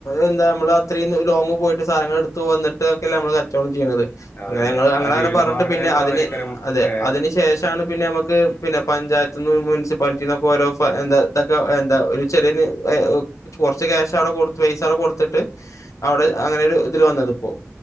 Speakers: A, on the left; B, on the left.
A: എന്താ നമ്മള് അത്രയും ലോങ്ങ് പോയിട്ട് സധങ്ങൾ എടുത്ത് വന്നിട്ടൊക്കെ നമ്മള് കച്ചവ ചെയ്യ
B: അതെ
A: അങ്ങനെ
B: അതെ നമ്മളെ
A: ഞങ്ങനെ
B: ജീവിതമാർഗം
A: പറഞ്ഞിട്ട് പിന്നെ
B: ചിലപ്പോ
A: അതിന്
B: അതേക്കരം
A: അതെ
B: ഏ,
A: അതിന് ശേഷമാണ് പിന്നെ നമക്ക് പഞ്ചായത്ത് മുസിപ്പാലിറ്റിൊക്കെ ഓരോ എന്താതൊക്കെ എന്താ ഒരു ചെറിയ കുറച്ച് ക്യാഷ് അവിടെ കൊടു പൈസ അവിടെ കൊടുത്തിട്ട് അവിടെ അങ്ങനെൊ ഒരു ഇതില് വന്നത് ഇപ്പോൊ